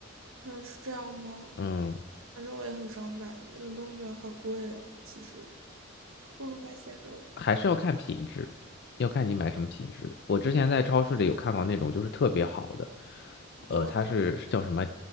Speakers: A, on the right; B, on the left.
A: 嗯，是这样吗？
B: 嗯，
A: 反正我也很少买，冷冻卷好贵啊，其实不如买鲜肉。
B: 还是要看品质，要看你买什么品质的。我之前在超市里有看到那种就是特别好的，呃，
A: 走，
B: 它是是叫什么